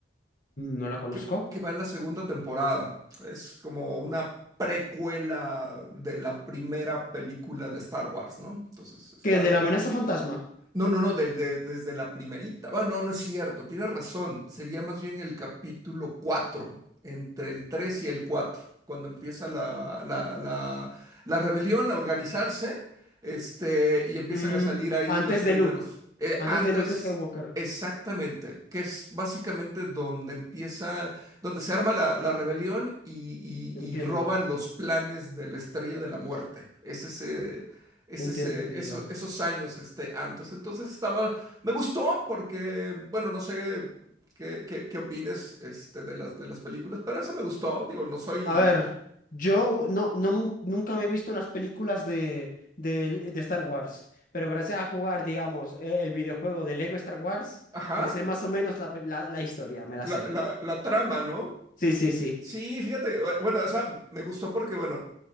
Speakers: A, on the left (about 45°); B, on the right (about 20°).
A: No la conozco.
B: que, que va en la segunda temporada. Es como una precuela de la primera película de Star Wars, ¿no? Entonces, está,
A: ¿Qué de la amenaza fantasma?
B: no, no, no, del- de- desde la primerita. Ah, no, no es cierto, tienes razón. Sería más bien el capítulo 4, entre el 3 y el 4, cuando empieza la, la, la- la rebelión a organizarse, este, y
A: Mm,
B: empiezan a salir ahí
A: antes
B: los primeros.
A: de Luke.
B: Eh,
A: Antes
B: antes,
A: de Luke Skywalker.
B: exactamente, que es básicamente donde empieza, donde se arma la, la rebelión y, y-
A: Entiendo,
B: y roban los planes de la Estrella de la Muerte. Es ese es
A: entiendo,
B: ese-
A: entiendo.
B: eso- esos años este, antes. Entonces estaba, me gustó porque, bueno, no sé qué, qué, qué opines este, de las, de las películas, pero esa me gustó, digo, no soy,
A: A ver, yo no, no, mu- nunca me he visto las películas de, del- de Star Wars, pero gracias a jugar, digamos, eh, el videojuego de Lego Star Wars,
B: ajá,
A: me sé más o menos la, pe- la, la historia, me la
B: la,
A: sé.
B: la, la trama, ¿no?
A: Sí, sí, sí.
B: Sí, fíjate, que, bueno, esa me gustó porque, bueno,